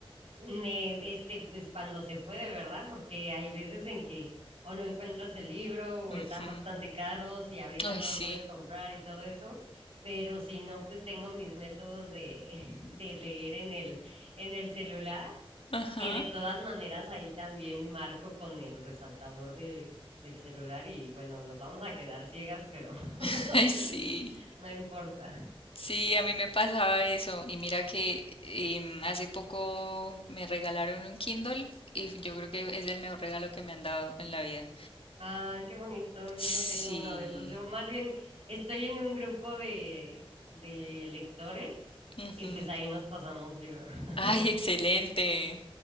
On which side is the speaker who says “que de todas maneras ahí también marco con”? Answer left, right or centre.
Right